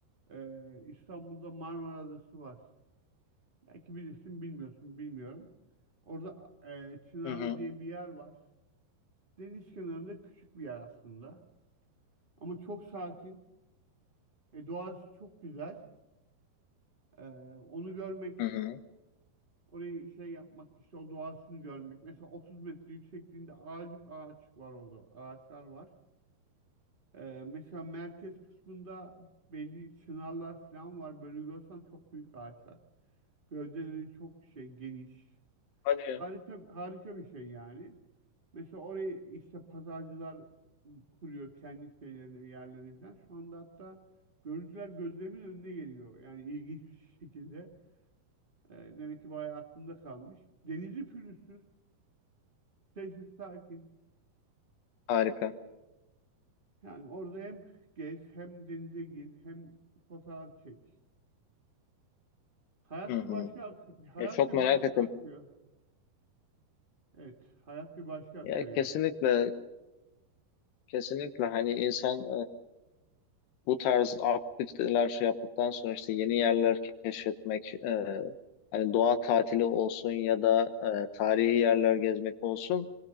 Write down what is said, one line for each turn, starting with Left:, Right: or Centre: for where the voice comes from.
Right: Ee, İstanbul'da Marmara Adası var. Belki bilirsin bilmiyorsun bilmiyorum. Orada e, Çınarlı
Left: hı hı,
Right: diye bir yer var. Deniz kenarında küçük bir yer aslında. Ama çok sakin. E, doğası çok güzel. Ee, onu görmek
Left: hı hı.
Right: Orayı şey yapmak işte o doğasını görmek. Mesela 30 metre yüksekliğinde ağaç, ağaç var orada. Ağaçlar var. Ee, mesela merkez kısmında belli çınarlar falan var. Böyle görsen çok büyük ağaçlar. Gövdeleri çok şey geniş.
Left: Hadi
Right: Harika
Left: ya.
Right: harika bir şey yani. Mesela orayı işte pazarcılar kuruyor kendi şeylerini, yerlerini falan. Şu anda hatta görüntüler gözlerimin önüne geliyor. Yani ilginç bir şekilde. Ee, demek ki bayağı aklımda kalmış. Denizi pürüzsüz. Sessiz sakin.
Left: Harika.
Right: Yani orada hem gez hem denize gir hem fotoğraf çek. Hayat
Left: Hı
Right: bir
Left: hı.
Right: başka akıyor. Hayat
Left: Ya çok
Right: bir
Left: merak
Right: başka
Left: ettim.
Right: akıyor. Evet. Hayat bir başka akıyor
Left: Ya kesinlikle
Right: yani.
Left: kesinlikle hani insan bu tarz aktiviteler şey yaptıktan sonra işte yeni yerler keşfetmek, e, hani doğa tatili olsun ya da e, tarihi yerler gezmek olsun